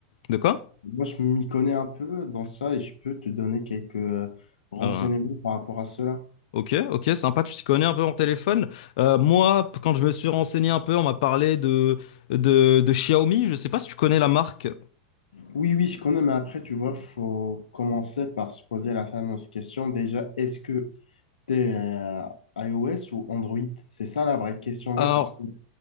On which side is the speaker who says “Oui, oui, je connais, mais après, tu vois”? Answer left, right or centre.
Left